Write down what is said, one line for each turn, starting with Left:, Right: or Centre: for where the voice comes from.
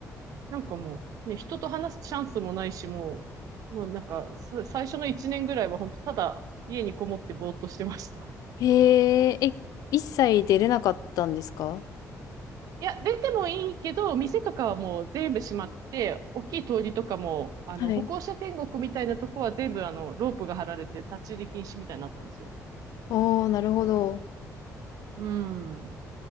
Right: なんかもう、ね、人と話すチャンスもないし、もう、もうなんか、さ最初の1年ぐらいは本当ただ家にこもってぼーっとしてました。
Left: えええ、一切出れなかったんですか
Right: いや、出てもいいけど、店とかはもう全部閉まって、大きい通りとかも、あの、
Left: はい。
Right: 歩行者天国みたいなとこは全部、あの、ロープが張られて立ち入り禁止みたいになったんですよ。
Left: おー、なるほど。
Right: うん。